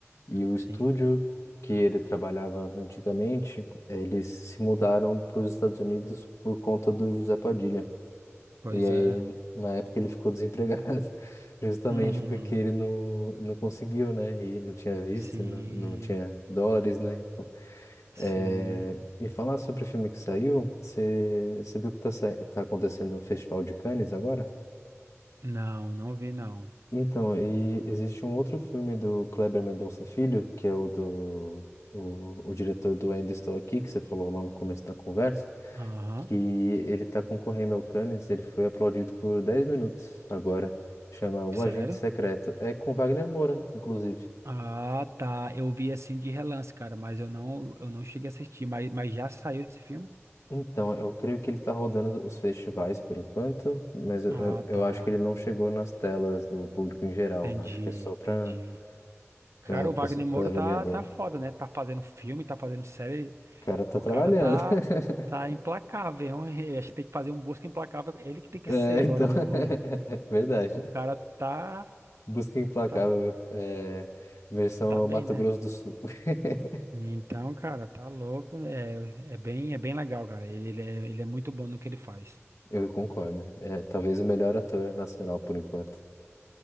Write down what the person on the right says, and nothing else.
sim,
pois
é.
<laughs> Uhum,
sim,
sim.
Não, não vi, não.
Aham,
sério?
Ah, tá. Eu vi assim de relance, cara, mas eu não, eu não cheguei a assistir. Mas, mas já saiu esse filme?
Ah,
tá.
Entendi,
entendi. Cara,
o Wagner Moura
tá, tá foda, né? Tá fazendo filme, tá fazendo série.
O
cara tá,
tá implacável. hein? <laughs> Acho que tem que fazer um busca implacável. Ele que tem que
ser agora.
O,
o,
o cara tá,
tá,
tá bem,
né?
Então, cara, tá louco. É, é bem, é bem legal, cara. Ele, ele é, ele é muito bom no que ele faz.